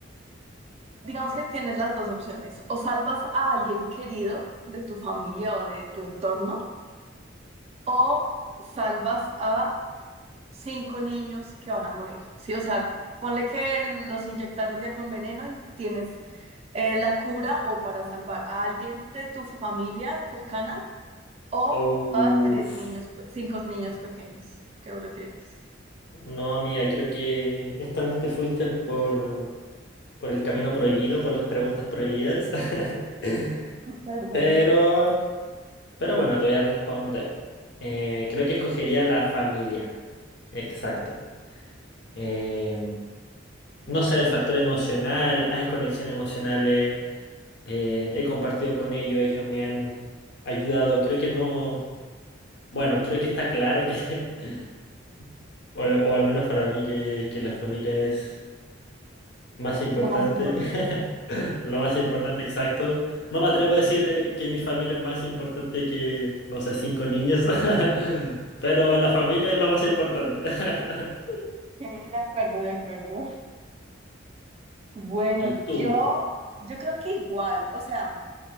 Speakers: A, on the right (about 30°); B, on the left (about 60°).
A: digamos que tienes las dos opciones, o salvas a alguien querido de tu familia o de tu entorno, o salvas a cinco niños que van a morir, ¿sí? O sea, ponle que los inyectaron de algún veneno y tienes eh, la cura o para salvar a alguien de tu familia cercana o
B: Uf.
A: a tres niños, pe- cinco niños pequeños. ¿Qué prefieres?
B: No, amiga, creo que esta vez te fuiste por, por el camino prohibido, por las preguntas prohibidas. <laughs>
A: Perdón,
B: Pero, pero bueno, te voy a responder. Eh, creo que escogería la familia. Exacto. Em,
A: Ujú.
B: no sé, el factor emocional, hay conexiones emocionales, eh, eh, he compartido con ellos, ellos me han ayudado. Creo que no, bueno, creo que está claro que, <laughs> o, o al menos para mí, que, que la familia es... Más importante,
A: Lo más importante.
B: <laughs> lo más importante, exacto. No me atrevo a decir eh, que mi familia es más importante que, no sé, cinco niños, <laughs> pero la familia es lo más importante. <laughs>
A: Ok, de acuerdo, de acuerdo. Bueno,
B: Y tú,
A: yo, yo creo que igual, o sea,